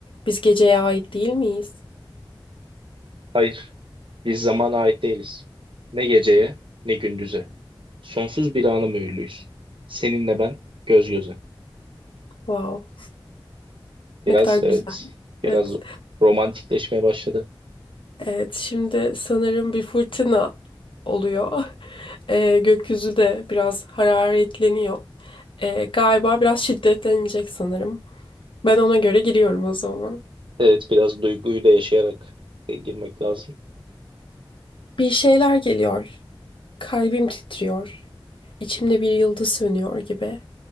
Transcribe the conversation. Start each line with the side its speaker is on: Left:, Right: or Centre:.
Left: Biz geceye ait değil miyiz?
Right: Hayır, Biz zamana ait değiliz. Ne geceye, ne gündüze. Sonsuz bir ana mühürlüyüz. Seninle ben göz göze.
Left: Wow,
Right: Biraz
Left: ne kadar güzel.
Right: evet, biraz
Left: Evet.
Right: romantikleşmeye başladı.
Left: Evet, şimdi sanırım bir fırtına oluyor. <laughs> Ee, gökyüzü de biraz hararetleniyor. Ee, galiba biraz şiddetlenecek sanırım. Ben ona göre giriyorum o zaman.
Right: Evet, biraz duyguyu da yaşayarak e, girmek lazım.
Left: Bir şeyler geliyor. Kalbim titriyor. İçimde bir yıldız sönüyor gibi.